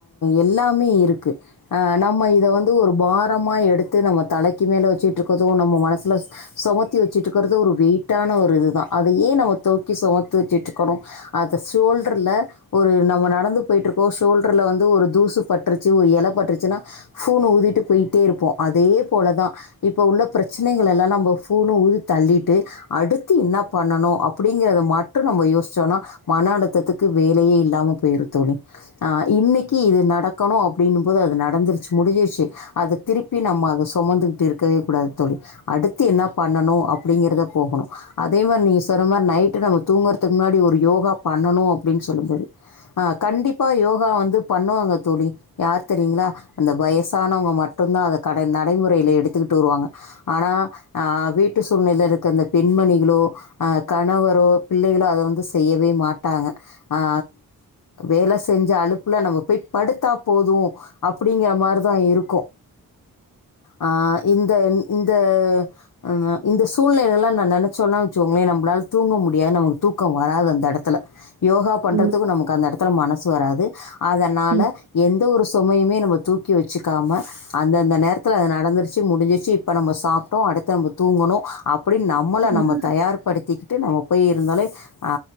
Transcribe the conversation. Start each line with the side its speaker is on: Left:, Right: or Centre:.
Left: எல்லாமே இருக்கு அ நம்ம இத வந்து ஒரு பாரமா எடுத்து நம்ம தலைக்கு மேல வெச்சுட்டு இருக்கிறதோ நம்ம மனசு ல சுமத்தி வெச்சிட்டு இருக்கிறது ஒரு வெயிட்டான ஒரு இதுதா அதயே நம்ம துவக்கி சுமத்து வெச்சுட்டுருக்கோ அது ஷோல்டர்ல ஒரு நம்ம நடந்து போயிட்டு இருக்கோ ஷோல்டர்ல வந்து ஒரு தூசு பட்டுருச்சு ஒரு எல பட்டுருச்சுனா ஃபூனு ஊதிட்டு போயிட்டே இருப்போ அதே போலதா இப்ப உள்ள பிரச் சனைகள எல்லா நம்ம ஃபூனு ஊதி தள்ளிட்டு அடுத்து என்னா பண்ணணு அப்டிங்கிறது மட்டு நம்ம யோ சிச்சோனா மன அழுத்ததுக்கு வேலையே இல்லாம போயிரு தோழி அ இன்றைக்கு இது நடக்கணு அப்டின்னும்போது அது நடந்துருச்சு முடிஞ்சிருச்சு அத திருப்பி நம்ம அத சுமந்துகிட்டு இருக்கவே கூடாது தோழி அடுத்து என்ன பண்ணணு அப்டிங்கறத போகணு அதே மாரி நீங்க சொன்ன மாரி நைட்டு நம்ம தூங்குறதுக்கு முன்னாடி ஒரு யோகா பண்ணணு அப்டின்னு சொல்லும் போது ஆ கண்டிப்பா யோகா வந்து பண்ணுவாங்க தோழி யார் தெரியுங்களா அந்த வயசானவங்க மட் டுந்தா அத கட நடைமுறையில எடுத்துக்கிட்டு வருவாங்க ஆனா ஆ வீட்டு சூழ்நில இருக்க அந்த பெண்மணிகளோ அ கணவரோ பிள்ளை களு அத வந்து செய்யவே மாட்டாங்க ஆ வேல செஞ்ச அலுப்புல நம்ம போய் படுத்தா போது அப்டிங்கிற மாரிதா இருக்கு ஆ இந்த இந் இந்த அ இந்த சூழ்நிலைகள்ல்லா நா நெனைச்சோல்லா வச்சோங்களே நம்புளால தூங்க முடியாது நமக்கு தூக்கோ வராது அந்த எடத்துல யோகா பண்ணுறதுக்கு
Right: ம்
Left: நமக்கு அந்த எடத்துல மனசு வராது அதனால
Right: ம்
Left: எந்த ஒரு சுமையுமே நம்ம தூக்கி வச்சுக்காம அந்தந்த நேரத்தில அது நடந்துருச்சு முடிஞ்சிருச்சு இப்ப நம்ம சாப்பிட்டோ அடுத்த நம்ம தூங்கணு அப்டினு நம்மள
Right: ம்
Left: நம்ம தயார்படுத்தி ட்டு நம்ம போய் இருந்தாலே அ